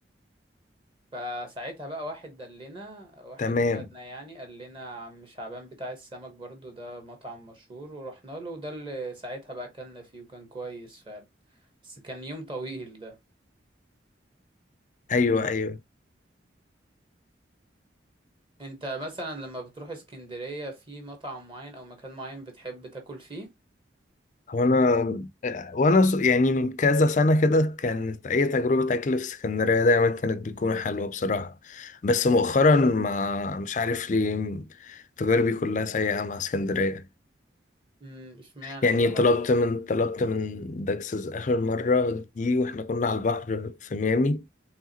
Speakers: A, on the right; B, on the left.
A: فساعتها بقى واحد دلنا واحد
B: تمام
A: فادنا يعني قال لنا عم شعبان بتاع السمك برضو ده مطعم مشهور ورحنا له وده اللي ساعتها بقى أكلنا فيه وكان كويس فعلا بس كان يوم طويل ده
B: ايوه ايوه
A: انت مثلا لما بتروح اسكندرية في مطعم معين او مكان معين بتحب تاكل فيه
B: وانا وانا ص- يعني من كذا سنة كده كانت اي تجربة اكل في اسكندرية دايما كانت بتكون حلوة بصراحة بس مؤخرا ما مش عارف ليه تجاربي كلها سيئة مع اسكندرية
A: امم اشمعنى
B: يعني
A: ايه اللي حصل
B: طلبت من طلبت من داكسز اخر مرة دي واحنا كنا على البحر في ميامي